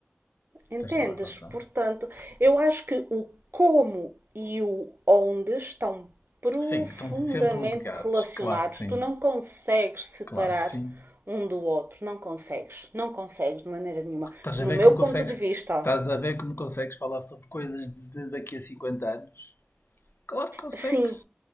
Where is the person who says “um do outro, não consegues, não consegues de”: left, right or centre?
Right